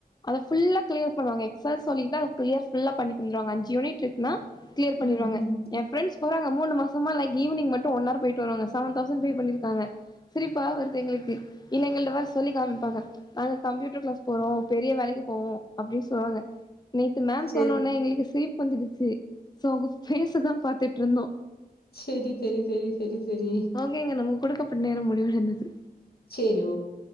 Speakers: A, on the left (about 25°); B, on the left (about 80°).
A: அத ஃபுல்லா கிளியர் பண்ணுவாங்க எக்செல் சொல்லிட்டா கிளியர் ஃபுல்லா பண்ணி வந்துருவாங்க அஞ் யூனிட் இருக்குன்னா கிளியர் பண்ணிருவாங்க
B: ம், ம்.
A: என் பிரெண்ட்ஸ் போறாங்க அ முணு மாசம்மா லைக் ஈவினிங் மட்டு ஒன்னா ஹவர் போயிட்டு வருவோங்க செவன் தௌசண்ட் பே பண்ணிருக்காங்க சிரிப்பா வருது எங்களுக்கு இல்ல எங்கட்ட சொல்லி காமிப்பாங்க நாங்க கம்ப்யூட்டர் கிளாஸ் போரோ பெரிய வேலைக்கு போவோ அப்டின்னு சொல்லுவாங்க நேத்து மேம்
B: சரி.
A: சொன்னோனா எங்களுக்கு சீப் வந்துடுச்சு சோ அங்க ஃபேஸ்ச தா பாத்துட்டு இருந்தோ
B: செரி செரி செரி செரி செரி
A: ஓகேங்க நம்ம குடுக்கப்பட்ட நேரோ முடிவடைந்தது
B: செரி ஓகே